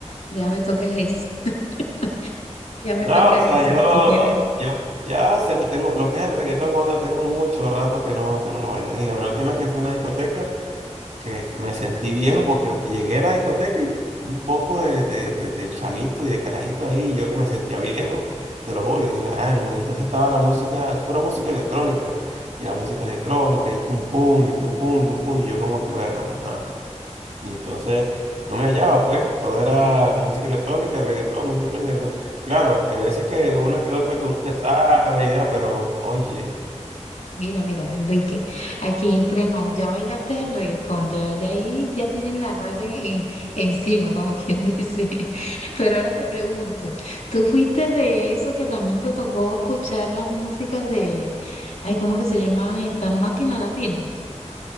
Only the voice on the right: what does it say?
no,
o sea,
yo,
yo ya se- tengo, lo que es el reggaetón como tal, tengo mucho rato que no, que no lo bailo. Dígame, la última vez que fui a una discoteca, que me sentí viejo porque llegué a la discoteca y un poco de, de, de, de chamito y de carajito ahí, y yo que me sentía viejo, te lo juro, y dije, ah, hermano, y entonces estaba la música, pura música electrónica, y la música electrónica, y pum pum, y pum pum, y pum pum, y yo como que, bueno, ajá. Y entonces no me hallaba, pues, todo era música electrónica, reggaetón, música electrónica, reggaetón. Claro, hay veces que una que otra que uno se sabe, y da, pero oye,